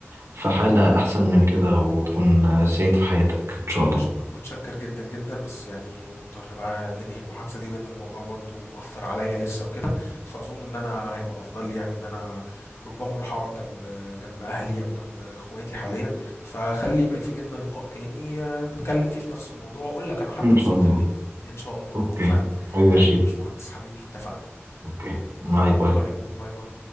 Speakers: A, on the right; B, on the left.
A: في حالة أحسن من كده وتكون سعيد في حياتك إن شاء
B: متش...
A: الله
B: متشكر جدا جدا بس يعني مضطر بقى ننهي المحادثة دي لأن الموضوع برضو مؤثر عليا لسه وكده فأظن إن أنا هيبقى أفضل لي يعني إن أنا ربما أروح أقعد جنب جنب أهلي أو جنب إخواتي حاليا فخلي يبقى في بينا لقاء تاني آه، نتكلم فيه في نفس الموضوع وأقول لك أنا حتى
A: إن
B: وصلت
A: شاء الله
B: لإيه إن شاء الله
A: أوكي
B: اتفقنا
A: حبيبي
B: حبيبي
A: يا شريف
B: يا باشمهندس حبيبي اتفقنا
A: أوكي باي
B: نتقابل
A: باي
B: قريبا باي باي